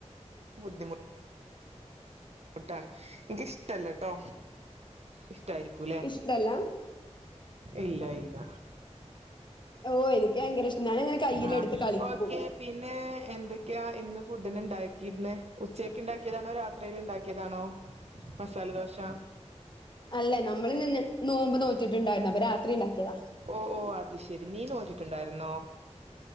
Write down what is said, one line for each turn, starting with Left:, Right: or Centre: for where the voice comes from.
Right: ബുദ്ധിമു മുട്ടാണ് ഇൻക്കിഷ്ടല്ലട്ടോ. ഇഷ്ടായിരിക്കൂല്ലെ
Left: ഇഷ്ടല്ല
Right: ഇല്ല ഇല്ല.
Left: ഓ എനിക്ക് ഭയങ്കര ഇഷ്ടാ ഞാനങ്ങനെ കയ്യിലെടുത്ത്
Right: ആഹ്
Left: കളിക്കും.
Right: ഓക്കെ പിന്നെ എന്തൊ ക്കയാ ഇന്ന് ഫുഡിന് ഇണ്ടാക്കിരുന്നെ. ഉച്ചക്ക് ഇണ്ടാക്കിയതാണോ രാത്രില് ഇണ്ടാക്കിയതാണോ? മസാലദോശ.
Left: അല്ല നമ്മളിന്ന് നോമ്പ് നോറ്റിട്ടുണ്ടായിരുന്നു അപ്പൊ രാത്രി ഇണ്ടാക്കിയതാ.
Right: ഓഹ് ഓഹ് അത് ശെരി നീ നോറ്റിട്ടുണ്ടായിരുന്നോ?